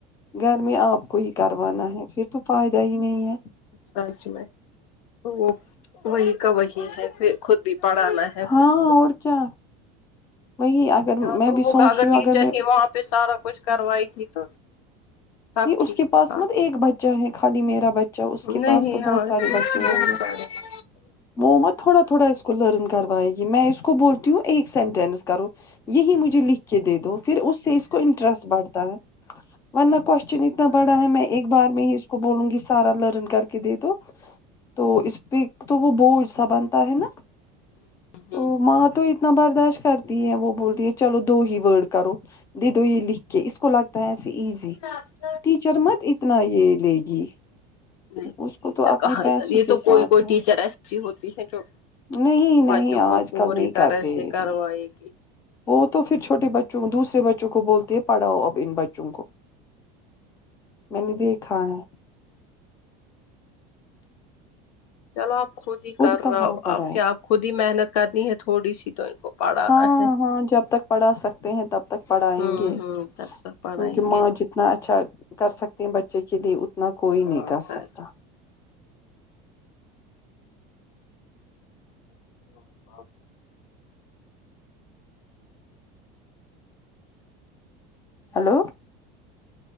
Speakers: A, on the left; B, on the left.
A: گھر میں آپ کو ہی کروانا ہے پھر تو فائدہ ہی نہیں ہے
B: سچ میں وہ وہی کا وہی ہے پھر خود بھی پڑھانا ہے
A: ہاں
B: پھر
A: اور کیا وہی اگر
B: یہ
A: میں
B: تو
A: بھی سوچ
B: ہوگا اگر
A: رہی ہوں
B: ٹیچر
A: میں
B: ہی وہاں پہ سارا کچھ کروائی گی تو سب
A: نہیں
B: ٹھیک
A: اس کے پاس
B: تھا
A: مت ایک بچہ ہے خالی میرا بچہ اچھا اس کے
B: نہیں
A: پاس تو
B: ہاں
A: بہت سارے
B: بہت
A: بچے ہوں گے
B: سارے
A: وہ مت تھوڑا تھوڑا اس کو لرن کروائے گی میں اس کو بولتی ہوں ایک سینٹینس کرو یہی مجھے لکھ کے دے دو پھر اس سے اس کو انٹرسٹ بڑھتا ہے ورنہ کویشن اتنا بڑا ہے میں ایک بار میں ہی اس کو بولوں گی سارا لرن کر کے دے دو تو اس پہ تو وہ بوجھ سا بنتا ہے نا
B: ہوں
A: تو ماں تو اتنا برداشت کرتی ہے وہ بولتی ہے چلو دو ہی ورڈ کرو دے دو یہ لکھ کے اس کو لگتا ہے ایسے ایزی
B: ہاں
A: ٹیچر مت اتنا یہ لے گی
B: نہیں
A: اس
B: ٹیچر
A: کو تو اپنے
B: کہاں
A: پیسوں
B: ادھر یہ
A: کے
B: تو
A: ساتھ
B: کوئی کوئی
A: ہے
B: ٹیچر ایسی ہوتی ہے جو
A: نہیں
B: بچوں
A: نہیں اج
B: کو پوری
A: کل نہیں
B: طرح
A: کرتے
B: سے
A: ا
B: کروائے
A: د
B: گی
A: وہ تو پھر چھوٹے بچوں دوسرے بچوں کو بولتیں ہے پڑھاؤ اب ان بچوں کو میں نے دیکھا ہے
B: چلو آپ خود ہی کر
A: کہاں
B: رہا ہو
A: وہ پڑھائے
B: آپ کیا
A: گی
B: آپ خود ہی محنت کرنی ہے تھوڑی سی تو ان کو پڑھانا
A: ہاں
B: ہے
A: ہاں جب تک پڑھا سکتے ہیں تب تک پڑھائیں
B: ہوں
A: گے
B: ہوں تب تک پڑھائیں
A: کیونکہ
B: گے
A: ماں جت اتنا اچھا کر سکتے ہیں بچے کے لیے اتنا کوئی نہیں
B: ہاں
A: کر
B: سچ
A: سکتا
B: اور ب
A: ہیلو